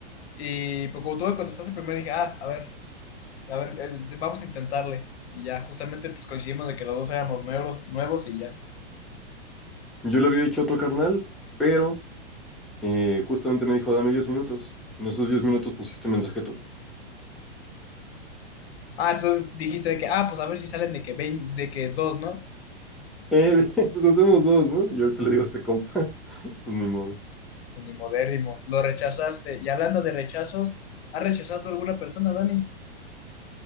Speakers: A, on the left (about 75°); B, in the centre.
A: y pues, como tú me contestaste primero, dije, ah, a ver, a ver, eh, vamos a intentarle. Y ya, justamente, pues coincidimos de que los dos éramos nuevos, nuevos y ya.
B: Yo le había dicho a otro carnal, pero eh, justamente me dijo, dame 10 minutos. En esos 10 minutos pusiste mensaje tú.
A: Ah, entonces dijiste de que, ah, pues a ver si salen de que, vein- de que dos, ¿no?
B: Eh, <laughs> pues hacemos dos, ¿no? Y ahorita le digo a este compa, <laughs> pues ni modo.
A: Unimodérrimo, lo rechazaste. Y hablando de rechazos, ¿has rechazado tú alguna persona, Dani?